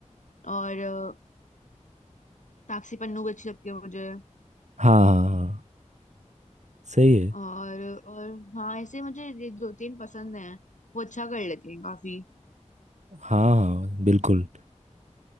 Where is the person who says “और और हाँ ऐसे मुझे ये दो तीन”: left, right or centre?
Left